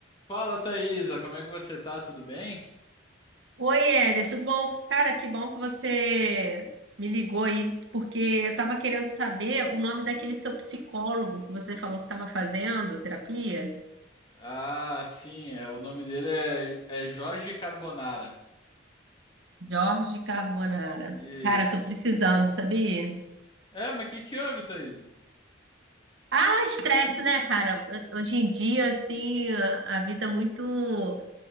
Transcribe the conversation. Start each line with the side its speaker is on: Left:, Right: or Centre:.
Left: Fala, Thaisa, como é que você tá? Tudo bem?
Right: Oi, Éder, tudo bom? Cara, que bom que você me ligou aí, porque eu estava querendo saber o nome daquele seu psicólogo que você falou que estava fazendo terapia,
Left: Ah, sim, é, o nome dele é, é Jorge Carbonara.
Right: Jorge Carbonara.
Left: Isso.
Right: Cara, tô precisando, sabia?
Left: É, mas o que que houve, Thaisa?
Right: Ah, estresse, né, cara? Hoje em dia, assim, a a vida é muito